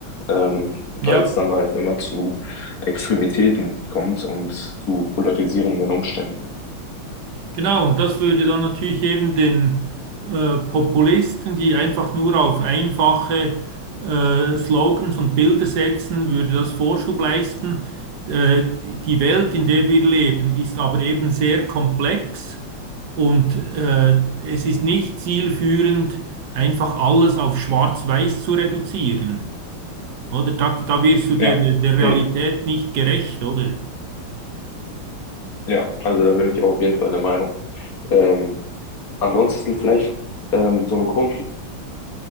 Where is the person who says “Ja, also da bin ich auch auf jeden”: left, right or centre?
Left